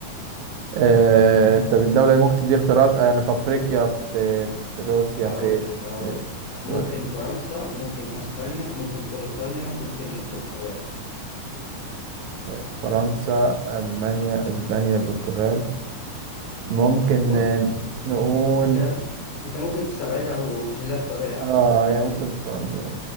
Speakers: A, on the right; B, on the left.
A: آه، طب الدولة اللي ممكن تدي اختيارات انا في افريقيا في, في روسيا
B: هقول
A: فين
B: لك هقول
A: في
B: لك
A: استراليا
B: ممكن فرنسا ممكن اسبانيا ممكن بريطانيا ممكن البرتغال
A: طيب، فرنسا المانيا اسبانيا البرتغال ممكن
B: بص
A: آه، نقول
B: انت انت ممكن تستبعدها وتحلها بطريقه
A: اه
B: احسن يعني
A: يعني ممكن فرنسا